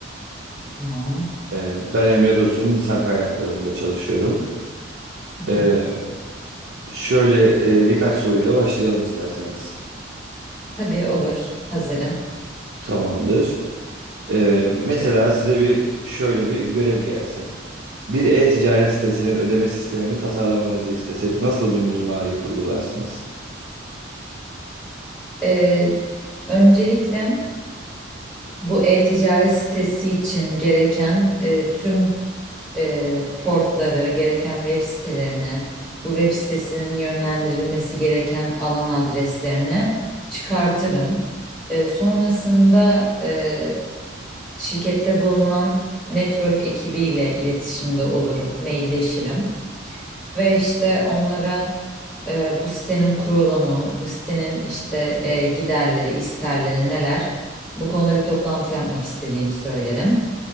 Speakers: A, in the centre; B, on the right (about 65°).
A: Tamam.
B: E, ben Emre Dursun, insan kaynaklarında çalışıyorum.
A: Hı
B: E,
A: hı.
B: şöyle e, birkaç soruyla başlayalım isterseniz.
A: Tabii olur. Hazırım.
B: Tamamdır. E, mesela size bir şöyle bir görev gelse. Bir e-ticaret sitesinin ödeme sistemini tasarlamanızı istesek nasıl bir mimari kurgularsınız?
A: E, öncelikle bu e-ticaret sitesi için gereken e, tüm e, portları, gereken web sitelerini, bu web sitesinin yönlendirilmesi gereken alan adreslerini çıkartırım. E, sonrasında e, şirkette bulunan network ekibiyle iletişimde olurum, mailleşirim ve işte onlara e, bu sitenin kurulumu, bu sitenin işte e, giderleri, isterleri neler, bu konuda bir toplantı yapmak istediğimi söylerim.